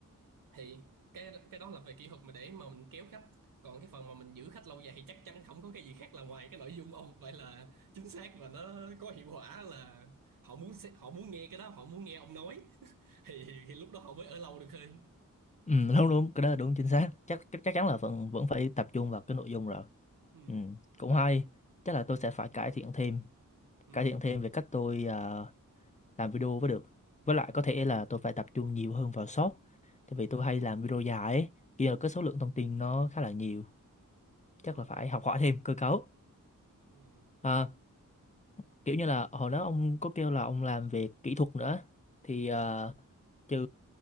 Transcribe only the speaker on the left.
Ừ, đúng đúng cái đó là đúng chính xác chắc chắc chắn là vẫn vẫn phải tập trung vào cái nội dung rồi
ừ, cũng hay chắc là tôi sẽ phải cải thiện thêm
cải thiện thêm về cách tôi à, làm video mới được với lại có thể là tôi phải tập trung nhiều hơn vào short tại vì tôi hay làm video dài ấy kia là cái số lượng thông tin nó khá là nhiều chắc
là phải học hỏi thêm cơ cấu
À, kiểu như là hồi đó ông có kêu là ông làm về kỹ thuật nữa thì ờ, trừ